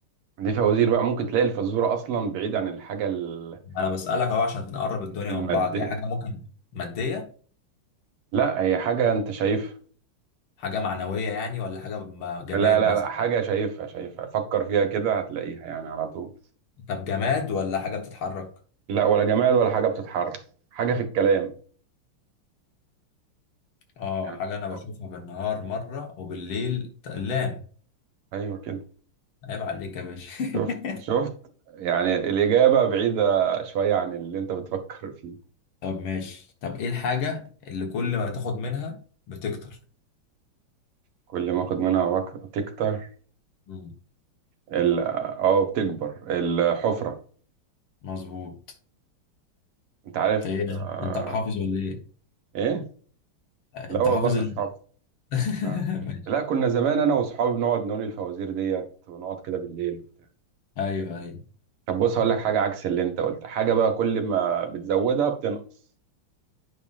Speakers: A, on the right; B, on the left.
A: دي فوازير بقى ممكن تلاقي الفزورة اصلا بعيد عن الحاجة ال-
B: انا بسألك اهو عشان نقرب الدنيا
A: المادية
B: من بعض هي حاجة ممكن مادية
A: لا هي حاجة انت شايفها
B: حاجة معنوية يعني ولا حاجة م- جماد
A: لا لا
B: مثلا
A: لا حاجة شايفها شايفها فكر فيها كده هتلاقيها يعني على طول
B: طب جماد ولا حاجة بتتحرك
A: لا ولا جماد ولا حاجة بتتحرك حاجة في الكلام
B: اه
A: يعني
B: حاجة أنا بشوفها
A: أه،
B: بالنهار مرة وبالليل ت- لا
A: أيوه كده
B: عيب عليك يا باشا <laughs>
A: شفت شفت يعني الإجابة بعيدة شوية عن اللي أنت بتفكر فيه
B: طب ماشي طب إيه الحاجة اللي كل ما تاخد منها بتكتر؟
A: كل ما أخد منها وقت تكتر
B: مم.
A: ال أه بتكبر الحفرة
B: مظبوط
A: أنت عارف
B: أنت إيه ده؟
A: آه
B: أنت حافظ ولا إيه؟
A: إيه؟
B: آه،
A: لا
B: أنت
A: والله
B: حافظ ال...
A: مش حافظ
B: <laughs>
A: لا
B: ماشي
A: لا كنا زمان أنا وأصحابي بنقعد نقول الفوازير ديت ونقعد كده بالليل وبتاع
B: أيوه أيوه
A: طب بص هقول لك حاجة عكس اللي أنت قلت حاجة بقى كل ما بتزودها بتنقص